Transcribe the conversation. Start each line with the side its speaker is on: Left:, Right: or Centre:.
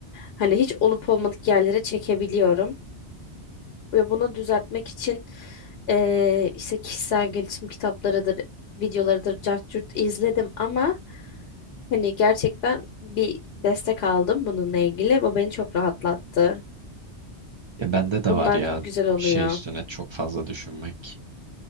Left: hani hiç olup olmadık yerlere çekebiliyorum. Ve bunu düzeltmek için eee, işte kişisel gelişim kitaplarıdır, videolarıdır, cart curt izledim ama hani gerçekten bir destek aldım bununla ilgili. Bu beni çok rahatlattı.
Right: Ya bende de
Left: Bunlar
Right: var ya
Left: güzel oluyor.
Right: bir şey üstüne çok fazla düşünmek.